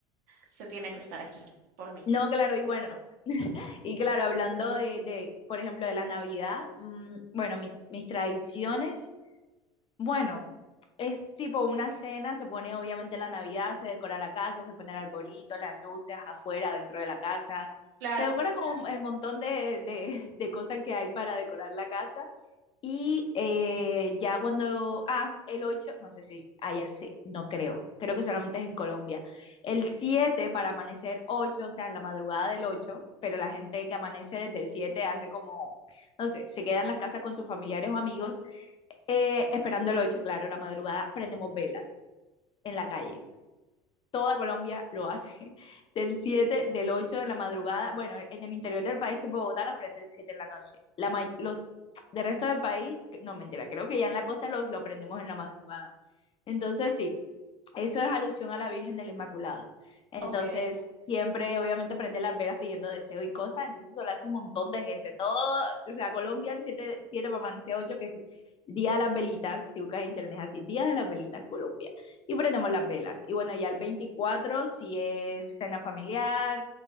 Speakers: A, on the right; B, on the left.
A: se tiene que estar aquí por mí.
B: No, claro, y bueno, <laughs> y claro, hablando de, de, por ejemplo, de la Navidad, mm, bueno, mi- mis tradiciones, bueno, es tipo una cena, se pone obviamente la Navidad, se decora la casa, se pone el arbolito, las luces afuera, dentro de la casa,
A: Claro,
B: se decora con el montón de, de, de cosas que hay para decorar la casa, Y eh, ya cuando, ah, el 8 no sé si, ah, ya sé, no creo, creo que solamente es en Colombia. El 7 para amanecer ocho o sea, en la madrugada del ocho pero la gente que amanece desde el 7 hace como, no sé, se queda en las casas con sus familiares o amigos, eh, esperando el ocho claro, la madrugada, prendemos velas en la calle toda Colombia lo hace. <laughs> Del 7, del 8 de la madrugada, bueno, en el interior del país, que Bogotá las prende el 7 en la noche. La may- los del resto del país, no mentira, creo que ya en la costa los lo prendemos en la madrugada. Entonces, sí, eso es alusión a la Virgen de la Inmaculada. Entonces,
A: Ok,
B: siempre, obviamente, prende las velas pidiendo deseo y cosas. Entonces, eso lo hace un montón de gente. Todo, o sea, Colombia, el 7, 7 para amanecer ocho que es Día de las Velitas. Si buscas en internet es así, Día de las Velitas, Colombia. Y prendemos las velas. Y bueno, ya el 24 si es cena familiar,